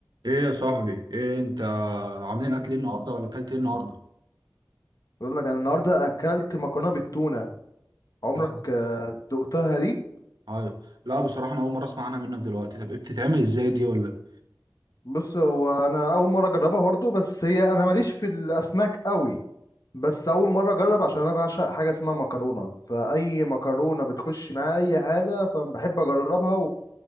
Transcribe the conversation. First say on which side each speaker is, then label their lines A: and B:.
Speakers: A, on the right; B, on the left.
A: ايه يا صاحبي ايه انت عاملين اكل ايه النهارده ولا اكلت ايه النهارده
B: بيقول لك انا النهارده اكلت مكرونه بالتونه عمرك
A: لا
B: آه، دقتها دي
A: ايوه لا بصراحه انا اول مره اسمع عنها منك دلوقتي طب ايه بتتعمل ازاي دي ولا
B: بص هو انا اول مره اجربها برضو بس هي انا ماليش في الاسماك قوي بس اول مره اجرب عشان انا بعشق حاجه اسمها مكرونه فاي مكرونه بتخش معايا اي حاجه فبحب اجربها